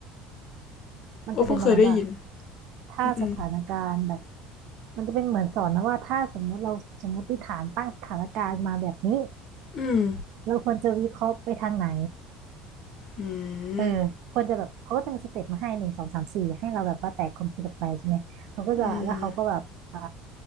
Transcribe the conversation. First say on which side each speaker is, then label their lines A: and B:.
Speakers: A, on the right; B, on the left.
A: มันจะเป็นประมาณว่า
B: โอ้เพิ่งเคยได้ยิน
A: ถ้าสถานการณ์แบบ
B: อื
A: มันจะเป็นเหมือนสอนนะว่าถ้าสมมุติเราสมมติฐานตั้งสถานการณ์มาแบบนี้
B: อืม
A: เราควรจะวิเคราะห์ไปทางไหน
B: อื
A: เออควรจะแบบเขาก็จะมีสเต็ปมาให้หนึ่งสองสามสี่ให้เราแบบว่าแตกความคิดออกไปใช่ไหมเขาก็จะแล้วเขาก็แบบอ่า
B: มอืมอืม